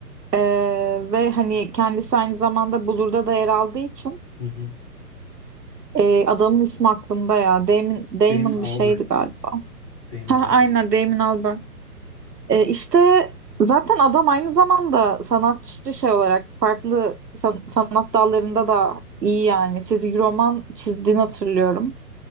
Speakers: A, on the right (about 80°); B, on the left (about 15°).
A: E, ve hani kendisi aynı zamanda Blur'da da yer aldığı için
B: Hı hı.
A: Ee, adamın ismi aklımda ya. Damon, Damon
B: Damon Albarn.
A: bir şeydi galiba.
B: Damon
A: Ha,
B: Albarn.
A: aynen Damon Albarn. Ee, işte zaten adam aynı zamanda sanatçı şey olarak farklı san- sanat dallarında da iyi yani. Çizgi roman çizdiğini hatırlıyorum.